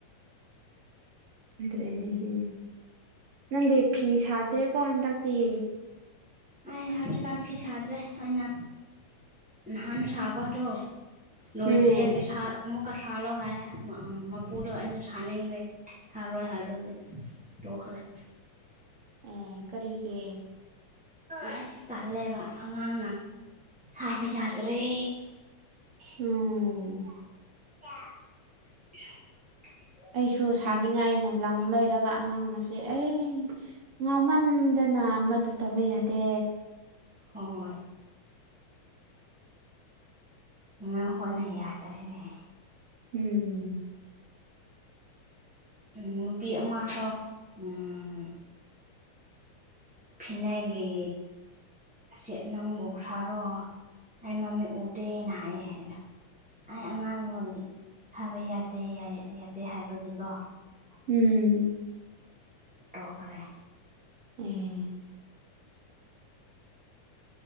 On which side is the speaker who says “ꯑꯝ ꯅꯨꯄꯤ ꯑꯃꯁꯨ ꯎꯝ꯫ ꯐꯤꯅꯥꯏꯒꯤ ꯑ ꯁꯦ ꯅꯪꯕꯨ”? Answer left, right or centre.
Centre